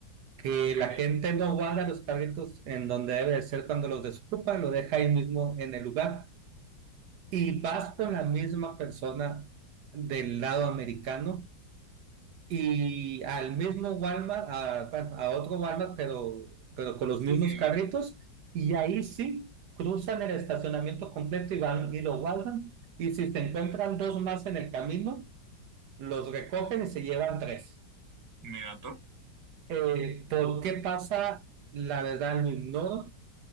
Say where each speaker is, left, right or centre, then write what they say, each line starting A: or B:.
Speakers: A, on the right; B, on the right.
A: que
B: ok.
A: la gente no guarda los carritos en donde debe de ser cuando los desocupa, lo deja ahí mismo en el lugar. Y vas con la misma persona del lado americano y al mismo Walmart, a, bueno, a otro Walmart, pero, pero con los
B: Sí,
A: mismos
B: sí,
A: carritos,
B: mi-
A: y ahí sí cruzan el estacionamiento completo y van y lo guardan, y si se encuentran dos más en el camino, los recogen y se llevan tres.
B: mira tú.
A: Eh, ¿por qué pasa? La verdad lo ignoro,